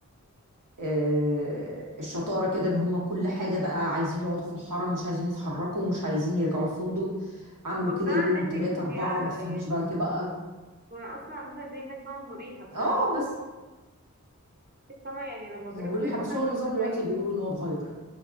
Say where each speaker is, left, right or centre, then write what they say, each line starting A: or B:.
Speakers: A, on the right (about 80°); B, on the right (about 35°).
A: آه، الشطارة كده ان هم كل حاجة بقى عايزين يقعدوا في الحرم مش عايزين يتحركوا مش عايزين يرجعوا الفندق عملوا
B: هو
A: كده
B: بصراحة
A: يوم
B: هناك
A: تلاتة
B: بيكون
A: أربعة
B: في قعدة
A: ما تفهميش
B: يعني
A: بعد كده بقى
B: وانا اصلا مثلا زي هناك فاهمة مريحة
A: اه
B: ف
A: بس
B: فاهمة يعني لما بيروح
A: مريحة
B: هناك مثلا
A: بس هو
B: بيقعد
A: النظام
B: في- ما
A: دلوقتي
B: ينف-
A: بيقولوا ان هو اتغير